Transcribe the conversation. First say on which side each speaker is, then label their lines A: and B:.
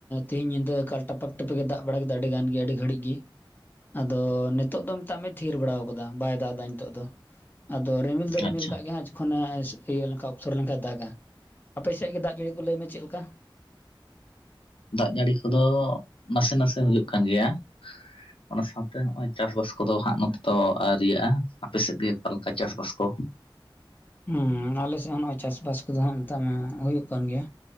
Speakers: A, on the left; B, on the left.
A: ᱛᱮᱦᱮᱧ ᱧᱤᱫᱟᱹ ᱟᱠᱟᱞ ᱴᱟᱯᱟᱠ ᱴᱟᱯᱟᱜ ᱜᱮ ᱫᱟᱜ ᱵᱟᱲᱟ ᱠᱮᱫᱟ ᱟᱹᱰᱤ ᱜᱟᱱ ᱜᱮ ᱟᱹᱰᱤ ᱜᱷᱟᱹᱲᱤᱡ ᱜᱤ, ᱟᱫᱚ ᱱᱤᱛᱚᱜ ᱫᱚ ᱢᱮᱛᱟᱜ ᱢᱮ ᱛᱷᱤᱨ ᱵᱟᱲᱟ ᱠᱟᱫᱟ ᱵᱟᱭ ᱫᱟᱜ ᱮᱫᱟ ᱱᱤᱛᱚᱜ ᱫᱚ ᱟᱫᱚ ᱨᱤᱢᱤᱞ ᱫᱚ ᱨᱤᱢᱤᱞ
B: ᱟᱪᱪᱷᱟ
A: ᱠᱟᱜ ᱜᱮᱭᱟ ᱦᱟᱸᱜ ᱡᱚᱠᱷᱚᱱ ᱤᱭᱟᱹ ᱞᱮ ᱚᱯᱥᱚᱨ ᱞᱮᱱᱠᱷᱟᱱ ᱫᱟᱜᱟ ᱟᱯᱮ ᱥᱮᱫ ᱜᱮ ᱫᱟᱜ ᱡᱟᱹᱲᱤ ᱠᱚ ᱞᱟᱹᱭᱢᱮ ᱪᱮᱫ ᱞᱮᱠᱟ
B: ᱫᱟᱜ ᱡᱟᱹᱲᱤ ᱠᱚᱫᱚ ᱱᱟᱥᱮ ᱱᱟᱥᱮ ᱦᱩᱭᱩᱜ ᱠᱟᱱ ᱜᱮᱭᱟ ᱚᱱᱟ ᱥᱟᱶᱛᱮ ᱱᱚᱜᱼᱚᱭ ᱪᱟᱥᱵᱟᱥ ᱠᱚᱫᱚ ᱦᱟᱸᱜ ᱱᱚᱛᱮ ᱫᱚ ᱟᱹᱨᱤᱭᱟᱹᱜᱼᱟ ᱟᱯᱮ ᱥᱮᱫ ᱜᱮ ᱚᱠᱟᱮᱠᱟ ᱪᱟᱥᱵᱟᱥ ᱠᱚ
A: ᱦᱮᱸ ᱟᱞᱮᱥᱮᱫ ᱦᱚᱸ ᱱᱚᱜᱚᱭ ᱪᱟᱥᱵᱥᱥ ᱠᱚᱫᱚ ᱦᱟᱜ ᱱᱤᱛᱟᱜ ᱦᱩᱭᱩᱜ ᱠᱟᱱ ᱜᱮᱭᱟ